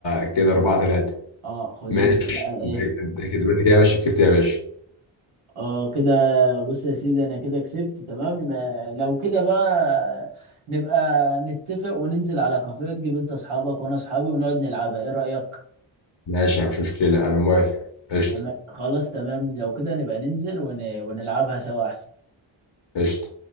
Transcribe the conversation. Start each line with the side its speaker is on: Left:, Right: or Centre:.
Left: كده أربعة ثلاثة
Right: اه خد
Left: ماشي
Right: انت بقى ايه
Left: انت انت كده انت كده يا باشا كسبت يا باشا
Right: اه كده بص يا سيدي انا كده كسبت تمام آه، لو كده بقى نبقى نتفق وننزل على كافيه تجيب انت اصحابك وانا اصحابي ونقعد نلعبها ايه رأيك
Left: ماشي مفيش مشكلة أنا موافق قشطة
Right: تمام خلاص تمام لو كده نبقى ننزل ون... ونلعبها سوا احسن
Left: قشطة